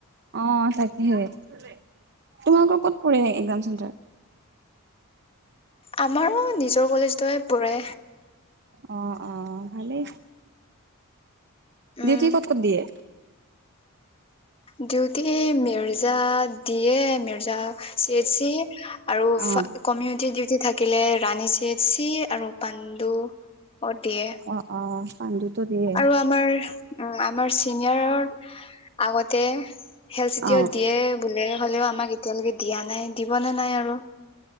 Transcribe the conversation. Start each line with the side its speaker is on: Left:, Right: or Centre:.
Right: অ', তোমালোকৰ ক'ত পৰে একজাম চেণ্টাৰ?
Left: আমাৰো নিজৰ কলেজতে পৰে।
Right: অ', অ', ভালেই। ডিউটি
Left: উম
Right: ক'ত ক'ত দিয়ে?
Left: Duty Mirza- D A Mirza, C H C আৰু
Right: অ',
Left: কমিউনিটি ডিউটি- থাকিলে ৰানি চি এছ চি আৰু- পাণ্ডু অ দিয়ে।
Right: অ', অ', পাণ্ডুতো দিয়ে।
Left: আৰু আমাৰ- আমাৰ চিনিয়ৰৰ- আগতে খেল চিতি
Right: অ',
Left: অত দিয়ে বোলে হ'লেও আমাক এতিয়ালৈকে- দিয়া নাই দিব নে নাই আৰু।